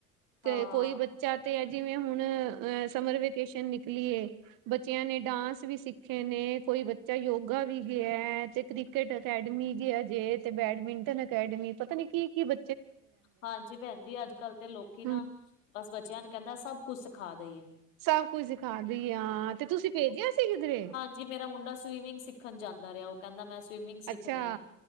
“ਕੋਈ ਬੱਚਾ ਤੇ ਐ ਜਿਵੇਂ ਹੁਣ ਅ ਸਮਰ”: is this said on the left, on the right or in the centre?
Right